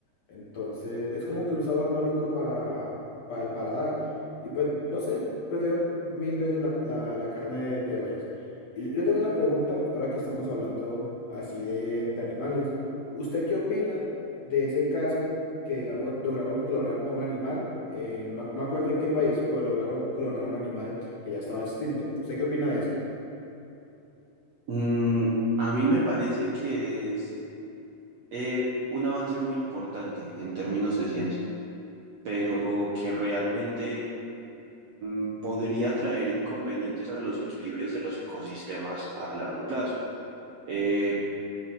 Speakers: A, on the left; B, on the right.
A: Entonces, es como que un sabor maluco para, para el paladar. Y pues, no sé, prefiero mil veces la, la, la carne de, de res. Y yo tengo una pregunta, ahora que estamos hablando así de, de animales. ¿Usted qué opina de ese caso? que, digamos, lograron clonar a un animal, en, no me acuerdo en qué país, pero lograron clonar a un animal que ya estaba extinto. ¿Usted qué opina de eso?
B: Mm, a mí me parece que es eh, un avance muy importante en términos de ciencia, pero que realmente mm, podría traer inconvenientes a los equilibrios de los ecosistemas a largo plazo. Eh,